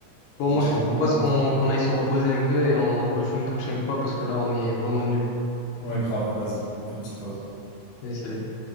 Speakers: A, on the left; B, on the left.
A: Bon, moi,
B: de dire
A: je te
B: oui
A: propose
B: et moi.
A: qu'on qu'on aille se reposer un peu et on rejoue une prochaine fois parce que là, on est vraiment nuls.
B: Ouais, grave, vas-y, on fait une petite pause.
A: Allez, salut.